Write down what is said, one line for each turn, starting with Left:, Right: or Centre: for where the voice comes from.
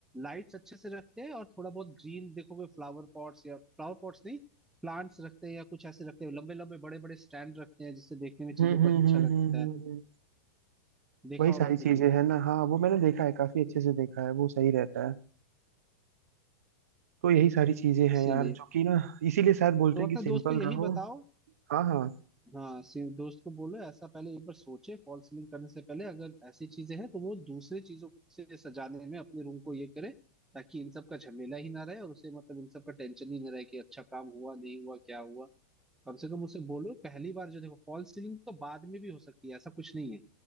Centre: लाइट्स अच्छे से रखते हैं और थोड़ा बहुत ग्रीन देखोगे फ्लावर पॉट्स या फ्लावर पॉट्स नहीं प्लांट्स रखते हैं या कुछ ऐसे रखते हैं लंबे लंबे बड़े बड़े स्टैंड रखते हैं जिससे देखने में चीजों
Right: हम्म
Centre: को
Right: हम्म
Centre: अच्छा
Right: हम्म
Centre: लगता
Right: हम्म
Centre: है
Right: हम्म हम्म।
Centre: देखा
Right: वही
Centre: होगा
Right: सारी चीजें
Centre: तुमने
Right: हैं ना हाँ वो मैंने देखा है काफी अच्छे से देखा है वो सही रहता है तो यही सारी चीजें हैं
Centre: इसीलिए
Right: यार जो कि ना इसीलिए शायद बोलते
Centre: तो
Right: हैं
Centre: अपने
Right: कि
Centre: दोस्त
Right: सिंपल
Centre: को यही
Right: रहो
Centre: बताओ
Right: हाँ हाँ
Centre: हाँ सी- दोस्त को बोलो ऐसा पहले एक बार सोचे फॉल सीलिंग करने से पहले अगर ऐसी चीजें हैं तो वो दूसरे चीजों से सजाने में अपने रूम को ये करे ताकि इन सब का झमेला ही ना रहे और उसे मतलब इन सब का टेंशन ही ना रहे कि अच्छा काम हुआ नहीं हुआ क्या हुआ कम से कम उसे बोलो पहली बार जो देखो फॉल सीलिंग तो बाद में भी हो सकती है ऐसा कुछ नहीं है